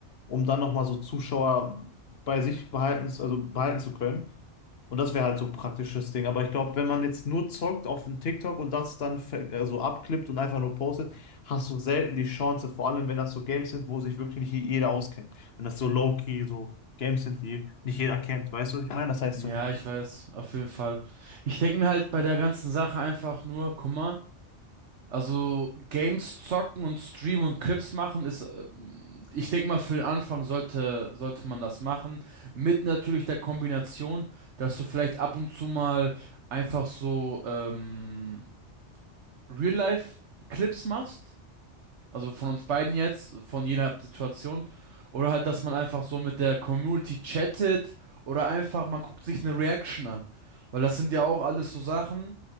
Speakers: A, on the left (about 60°); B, on the right (about 70°).
A: um dann nochmal so Zuschauer bei sich behalten, also behalten zu können. Und das wäre halt so ein praktisches Ding. Aber ich glaube, wenn man jetzt nur zockt auf dem TikTok und das dann ver- äh, so abklippt und einfach nur postet, hast du selten die Chance, vor allem wenn das so Games sind, wo sich wirklich nicht jeder auskennt. Wenn das so low-key, so Games sind, die nicht jeder kennt. Weißt du, was ich meine? Das heißt
B: Ja,
A: so
B: ich weiß, auf jeden Fall. Ich denke mir halt bei der ganzen Sache einfach nur, guck mal, also Games zocken und streamen und Clips machen ist, äh, ich denke mal, für den Anfang sollte, sollte man das machen. Mit natürlich der Kombination, dass du vielleicht ab und zu mal einfach so ähm, Real-Life-Clips machst Also von uns beiden jetzt, von jeder Situation. Oder halt, dass man einfach so mit der Community chattet oder einfach man guckt sich eine Reaction an. Weil das sind ja auch alles so Sachen,